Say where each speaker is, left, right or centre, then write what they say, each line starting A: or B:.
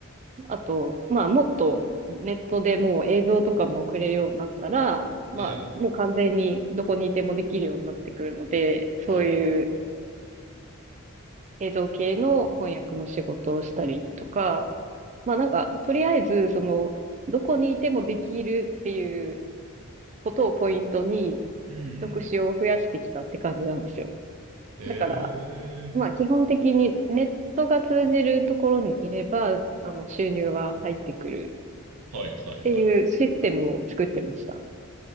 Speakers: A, on the right; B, on the right.
A: あと、まあ、もっとネットでもう映像とかも送れるようになったら、まあ、
B: ええ
A: もう完全にどこにいてもできるようになってくるので、そういう
B: はいはいはい。
A: 映像系の翻訳の仕事をしたりとか、まあなんか、とりあえず、その、どこにいてもできるっていうことをポイントに、
B: うんうん。
A: 職種を増やしてきたって感じなんですよ。
B: ええ
A: だから、まあ基本的にネットが通じるところにいれば、あの、収入は入ってくる。
B: はいはいはい。
A: っていうシステムを作ってました。